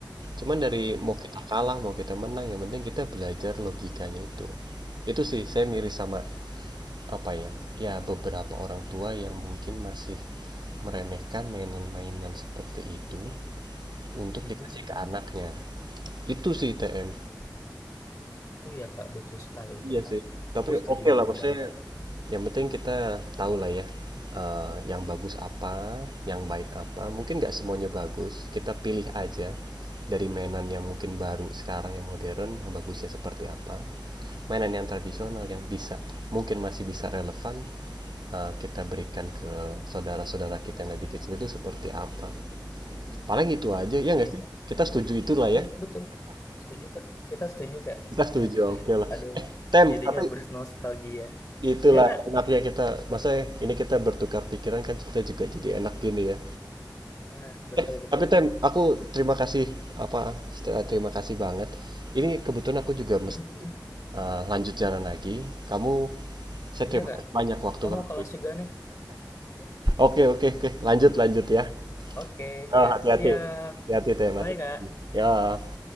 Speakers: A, on the right; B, on the left.
A: Cuman dari mau
B: benar.
A: kita kalah mau kita menang yang penting kita belajar logikanya itu. Itu sih saya miris sama apa ya? Ya beberapa orang tua yang mungkin masih meremehkan mainan-mainan seperti itu untuk
B: Mm-mm,
A: dikasih
B: mm-mm.
A: ke anaknya. Itu sih TM.
B: Oh iya, Kak, betul sekali itu,
A: Iya
B: Kak.
A: sih. Tapi
B: Aku setuju
A: oke
B: banget
A: lah maksudnya
B: dengan Kakak.
A: Yang penting kita tahu lah ya, eee, yang bagus apa, yang baik apa, mungkin nggak semuanya bagus, kita pilih aja dari mainan yang mungkin baru sekarang yang modern, yang bagusnya seperti apa, mainan yang tradisional yang bisa mungkin masih bisa relevan, eee, kita berikan ke saudara-saudara kita yang lebih kecil itu seperti apa. Paling itu aja, ya
B: Iya,
A: nggak sih?
B: Kak.
A: Kita setuju itulah
B: Iya,
A: ya,
B: betul. Setuju, Kak. Kita setuju, Kak. <laughs>
A: kita setuju,
B: Hmm.
A: oke lah,
B: Aduh,
A: Tem,
B: jadinya
A: tapi
B: bernostalgia.
A: itulah
B: Iya, Kak.
A: enaknya kita maksudnya ini kita bertukar pikiran kan kita juga jadi enak gini ya.
B: Ah, betul
A: Eh,
B: betul.
A: tapi Tem, aku terima kasih apa setelah- terima kasih banget. Ini kebetulan aku juga
B: Mhm.
A: mesti eh, lanjut jalan lagi. Kamu saya
B: Iya,
A: terima
B: Kak.
A: kasih banyak waktu
B: Saya
A: kamu.
B: mau kelas juga nih. Ya.
A: Oke, oke, oke. Lanjut, lanjut ya.
B: Oke,
A: Eh,
B: ya
A: hati-hati.
B: siap.
A: Hati-hati, Tem. Hati-hati.
B: Bye, Kak.
A: Ya.